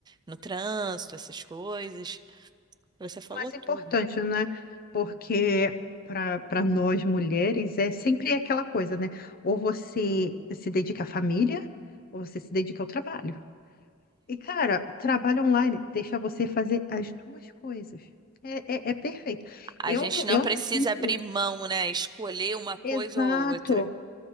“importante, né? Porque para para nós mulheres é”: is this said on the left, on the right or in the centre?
Left